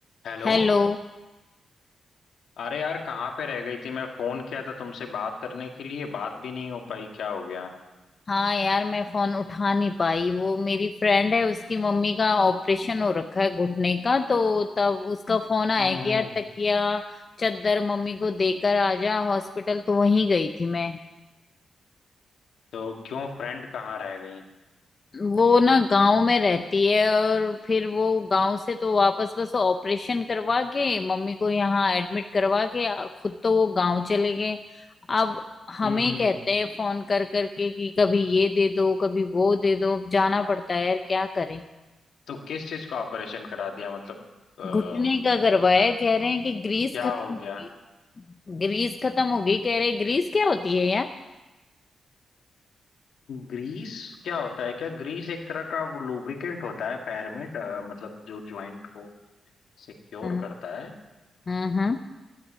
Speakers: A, on the left; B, on the left.
A: Hello
B: Hello
A: अरे यार कहाँ पे रह गई थी मैं फोन किया था तुमसे बात करने के लिए बात भी नहीं हो पाई क्या हो गया
B: हाँ यार मैं फोन उठा नहीं पाई वो मेरी फ्रेंड है उसकी मम्मी का ऑपरेशन हो रखा है घुटने का तो तब उसका फोन आया
A: हम्म
B: कि
A: हम्म।
B: यार तकिया चादर मम्मी को देकर आ जा हॉस्पिटल तो वहीं गई थी मैं
A: तो क्यों फ्रेंड कहाँ रह गई
B: वो ना गांव में रहती है और फिर वो गांव से तो वापस बस ऑपरेशन करवा के मम्मी को यहाँ एडमिट करवा के आ- खुद तो वो गांव चले गए अब हमें
A: हम्म
B: कहते
A: हम्म।
B: हैं फोन कर करके कि कभी ये दे दो कभी वो दे दो अब जाना पड़ता है यार क्या करें
A: तो किस चीज का ऑपरेशन करा दिया मतलब अ,
B: घुटने का करवाया कह रहे हैं कि ग्रीस
A: क्या
B: खत्म
A: हो
B: होगी
A: गया
B: ग्रीस खत्म होगी कह रहे हैं ग्रीस क्या होती है यार
A: ग्रीस क्या होता है क्या ग्रीस एक तरह का वो लुब्रिकेंट होता है पैर में ड- मतलब जो जॉइंट को सिक्योर
B: हम्म
A: करता है
B: हम्म हम्म।